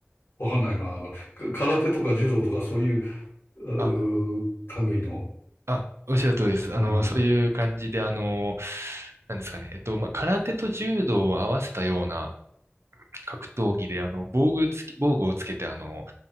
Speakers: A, on the left; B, on the right.
A: う。わかんないな。か空手とか柔道とかそういううー類の。
B: あ、あ、おっしゃる通りです。
A: うん。
B: あの、そういう感じで、あの、なんですかね。えっと、まあ、空手と柔道を合わせたような格闘技で、あの、防具つき、防具をつけて、あの、